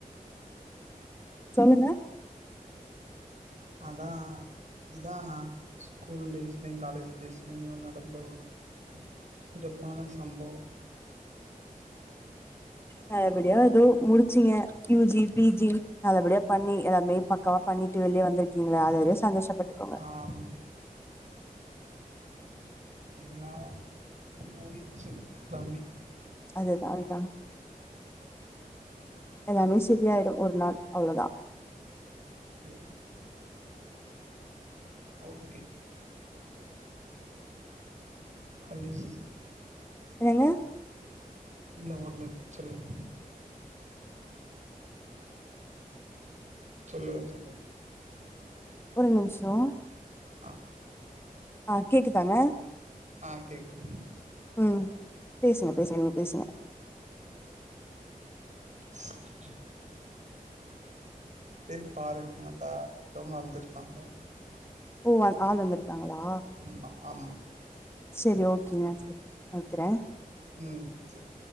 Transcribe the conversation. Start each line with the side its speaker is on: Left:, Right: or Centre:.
Left: சொல்லுங்க
Right: அதா இதா ஸ்கூல் டேஸ்லயு காலேஜ் டேஸ்லயு நடந்தோங்க சிறப்பான சம்பவம்
Left: நல்லபடியா எதோ முடிச்சிங்க யூ ஜி நல்லபடியா பண்ணி எல்லாருமே பக்கவா பண்ணிட்டு வெளிய வந்திருக்கீங்ளே அதுவரயு சந்தோஷப்பட்டுக்கோங்க
Right: அம் இன்னா போயிருச்சு எல்லாமே
Left: அதுதான்ப்பா எல்லாமே சரியாயிடு ஒரு நாள் அவ்ளோ தா
Right: சேரிங் சே ஓக்கே மை ஃபாலிஸ்
Left: ஏங்க
Right: இல்ல ஒன்னு இல்ல சொல்லுங்க சொல்லுங்க சொல்லுங்க
Left: ஒரு நிமிஷோ
Right: ஆ
Left: ஆ கேக்குதாங்க
Right: ஆ கேக்குது
Left: ஆ பேசுங்க பேசுங்க நீங்க பேசுங்க
Right: ஸ் ஆ செரி பாருங்க நாந்தா ஒருத்தோங்க வந்திருக்காங்க
Left: ஓ அங் ஆள் வந்துருக்காங்ளா
Right: ம் ஆமா
Left: செரி ஓகேங்க சரி வெக்கறே
Right: ம் சேர்